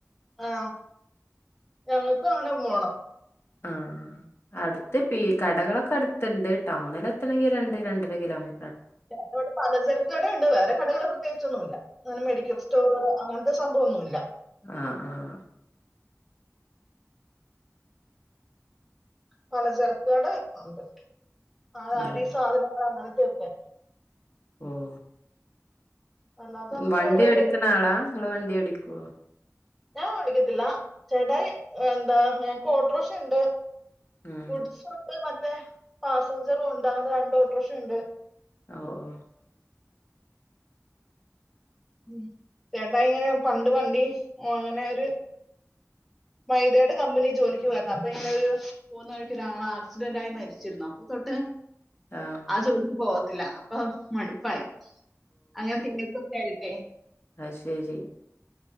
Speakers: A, in the centre; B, on the left (about 50°).
A: ആ ഞങ്ങക്കും അങ്ങനെ പോണം
B: ആഹ് അടുത്ത് പീ കടകളൊക്കെ അടു ത്ത്ണ്ട് ടൗണില് എത്തണെങ്കിൽ രണ്ട് രണ്ടര കിലോമീ
A: <unintelligible> ഇവിടെ പലചരക്ക് കടെണ്ട് വേറെ കടകൾ പ്രത്യേകിച്ചൊന്നുല്ല അങ്ങനെ മെഡിക്കൽ സ്റ്റോർ അങ്ങ ൻത്തെ സംഭവൊന്നും ഇല്ല
B: ആ ആ
A: പല ചരക്ക് കട ഉണ്ട് ആ
B: ആഹ്
A: അരി സാധനങ്ങൾ അങ്ങനെ ത്തൊക്കെ
B: ഉം
A: അല്ലാതെ നമുക്ക്
B: വണ്ടി
A: വേറെ എന്തെങ്കിലും
B: ഓടിക്ണ ആളാ ഇങ്ങള് വണ്ടി ഓടിക്കോ
A: ഞാൻ ഓടിക്കത്തില്ല ചേട്ടായി എന്താ ഞങ്ങക്ക് ഓട്ട്രോശ ഉണ്ട്
B: ഉം
A: ഗുഡ്സ് ഒക്കെ മ റ്റെ പാസഞ്ചറും ഉണ്ട് അങ്ങനത്തെ രണ്ട് ഓട്ടോറിക്ഷുണ്ട്
B: ഓ ഓ
A: ഉ ചേട്ടാ ഇങ്ങനെ പണ്ട് വണ്ടി അങ്ങനെ ഒരു മൈതയുടെ കമ്പനി ജോലിക്ക് പോയിരുന്നു അപ്പൊ ഇങ്ങനെ ഒരു പോന്ന വഴിക്ക് ഒരാള ആക്സിഡന്റ് ആയി മരിച്ചിരുന്നു അപ്പൊ തൊട്ട്
B: ഓഹ് ആഹ്
A: ആജോക്ക് പോോ അപ്പൊ മടുപ്പായ അങ്ങനെക്കങ്ങക്കൊക്കെ ആ
B: അ ശരി